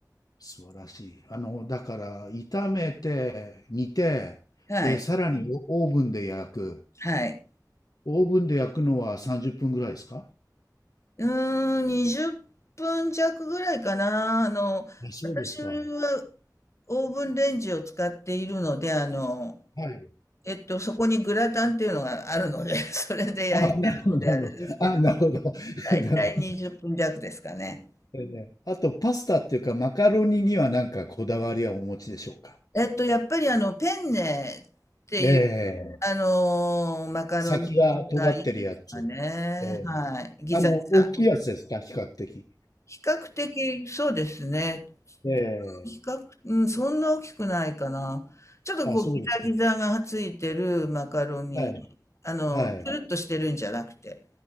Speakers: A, on the left (about 60°); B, on the left (about 40°).
A: 素晴らしい。あの、だから、炒めて、煮て、
B: はい。
A: で、さらにオーブンで焼く。
B: はい。
A: オーブンで焼くのは30分ぐらいですか
B: うーん、20分弱ぐらいかな。あの、
A: あ、そうですか。
B: 私はオーブンレンジを使っているので、あの、
A: はい。
B: えっと、そこにグラタンっていうのがあるので、<laughs> それで焼いてるのであれですけど、
A: あ、なるほど、なるほど。あ、なるほど。<laughs>
B: 大体20分弱ですかね。
A: なるほど。えーねあと、パスタっていうか、マカロニにはなんかこだわりはお持ちでしょうか
B: えっと、やっぱりあの、ペンネっていう、
A: ええ
B: あのーマカロニがいいですかね。
A: 先が尖ってるやつ。ええ
B: はい。ギザギザ。
A: あの、大きいやつですか比較的。
B: 比較的、そうですね。
A: ええ
B: 比較、うん、そんな大きくないかな。ちょっとこう、
A: あ、そうですか。
B: ギザギザがついてるマカロニ、
A: はい。
B: あの、
A: はい。
B: つるっとしてるんじゃなくて、